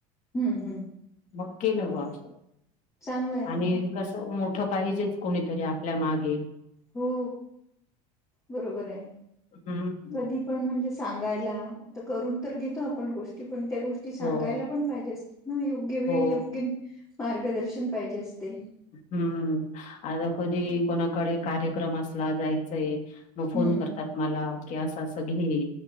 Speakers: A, on the left; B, on the left.
A: हम्म हम्म.
B: मग केलं
A: हा
B: ग
A: चांगलं आहे ना
B: आणि
A: मग.
B: कस मोठ पाहिजेच. कोणीतरी आपल्या मागे.
A: हो बरोबर ये
B: हम्म
A: कधी. आपण म्हणजे सांगायला तर करून तर घेतो आपण गोष्टी पण त्या गोष्टी- ती सांगायला
B: हो
A: पण पाहिजे असते ना योग्य वेळी
B: हो
A: योग्य मार्गदर्शन पाहिजे असते.
B: हम्म आता कधी कोणाकडे कार्यक्रम असला जायचंय. मग फोन
A: हम्म
B: करतात मला की असं अस घे.